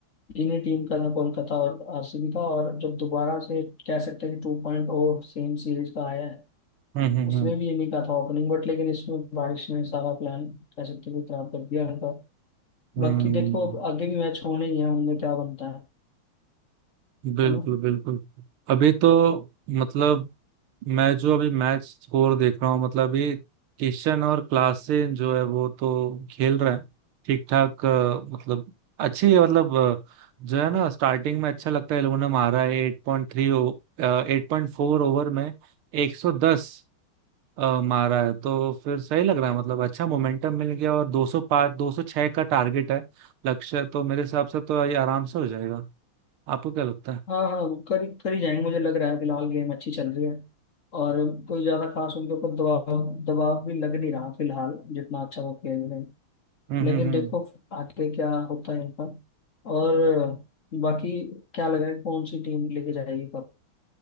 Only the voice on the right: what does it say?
हम्म हम्म
हम्म,
हम्म,
बिल्कुल
बिल्कुल अभी तो मतलब मैं जो अभी मैच स्कोर देख रहा हूँ मतलब ये किशन और क्लासेन जो है वो तो खेल रहे हैं ठीक ठाक अ, मतलब अच्छी है मतलब अ, जो है ना स्टार्टिंग में अच्छा लगता है इन लोगों ने मारा है एट पॉइंट थ्री एट पॉइंट फोर ओवर में एक सौ दस अ, मारा है तो फिर सही लग रहा है मतलब अच्छा मोमेंटम मिल गया और दो सौ पाँच दो सौ छह का टारगेट है लक्ष्य तो मेरे हिसाब से तो ये आराम से हो जाएगा आपको क्या लगता है
हम्म
हम्म हम्म